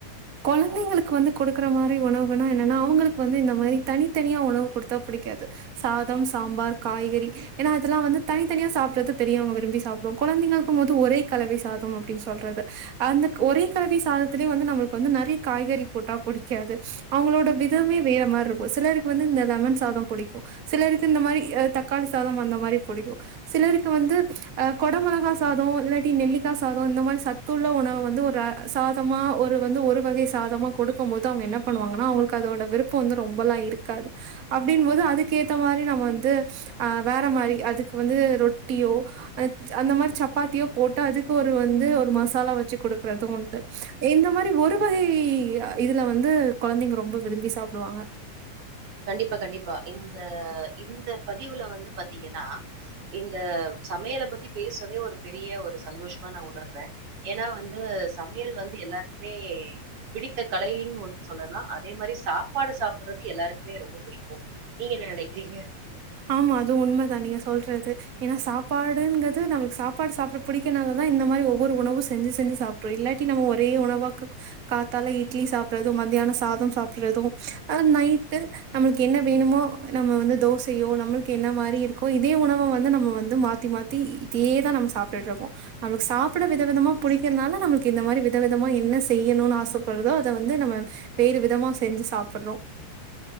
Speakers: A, on the right; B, on the right.
A: கொழந்தைங்களுக் கு வந்து கொடுக்குற மாரி உணவுனா என்னன்னா அவுங்களுக்கு வந்து இந்த மாரி தனித்தனியா உணவு குடுத்தா புடிக்காது சாதம் சாம்பார் காய்கறி எனா இதெல்லா வந்து தனித்தனியா சாப்பிறது பெரியோங்க விரும்பி சாப்டுவோ கொழந்தைங்கக்கும்போது ஒரே கலவை சாதம் அப்டின் சொல்றது அந்த ஒரே கலவி சாதத்திலயு வந்து நம்ளுக் வந்து நறைய காய்கறி போட்டா புடிக்காது அவுங்களோட விதமே வேற மாரி இருக்கு சிலருக் வந்து இந்த லெமன் சாதம் புடிக்கு சிலருக்கு இந்த மாரி தக்காளி சாதம் அந்த மாரி புடிக்கு சிலருக்கு வந்து அ கொட மொளகா சாதோ இல்லாட்டி நெல்லிக்கா சாதோ இந்த மாரி சத்துள்ள உணவு வந்து ஒரு சாதமா ஒரு வந்து ஒரு வகை சாதமா கொடுக்கும்போது அவுங்க என்ன பண்ணுவாங்கன்னா அவுங்களுக்கு அதோட வெருப்பு வந்து ரொம்பல்லா இருக்காது அப்டின் போது அதுக்கு ஏத்த மாரி நம்ம வந்து ஆ வேற மாரி அதுக்கு வந்து ரொட்டியோ அந்த மாரி சப்பாத்தியோ போட்டு அதுக்கு ஒரு வந்து ஒரு மசாலா வெச் வெச்சு குடுக்றதும் உண்டு இந்த மாரி ஒரு வகை இ இதுல வந்து கொழந்தைங்க ரொம்ப விரும்பி சாப்புடுவாங்க
B: கண்டிப்பா கண்டிப்பா இந்த இந்த பதிவுல வந்து பாத்தீங்கனா இந்த சமையல பத்தி பேசவே ஒரு பெரிய ஒரு சந்தோஷ் மா நா உணர்ற ஏனா வந்து சமையல் வந்து எல்லாருக்குமே பிடித்த கலைன்னு ஒன் சொல்லலா அதே மாரி சாப்பாடு சாப்புறது எல்லாருக் மே ரொம்ப புடிக்கு நீங்க என்ன நெனைக்கிறீங்க
A: ஆமா அது உண்மதா நீங்க சொல்றது ஏனா சாப்பாடுங்குது நமக் சாப்பாடு சாப்ட புடிக்குனாலதா இந்த மாரி ஒவ்வொரு உணவு செஞ்சு செஞ்சு சாப் கு இல்லாட்டி நம்ம ஒரே உணவாக்கு காத்தால இட்லி சாப்புறது மதியானோ சாதோ சாப்புறது ஆனா நைட்டு நம்ளுக் என்ன வேணும்மோ நம்ம வந்து தோச செயோ நம்ளுக்கு என்ன மாரி இருக்கோ இதே உணவோ வந்து நம்ம வந்து மாத்தி மாத்தி இதே தா நம் சாப்புட்ருக்கோ நம்ளுக்கு சாப்பாட வித விதமா புடிக்கிதுனால நம்ளுக்கு இந்த மாரி விதவிதமா என்ன செய்யணும்னு ஆசைப்படுறதோ அத வந்து நம்ம வேறு விதமா செஞ்சு சாப்புட்றோ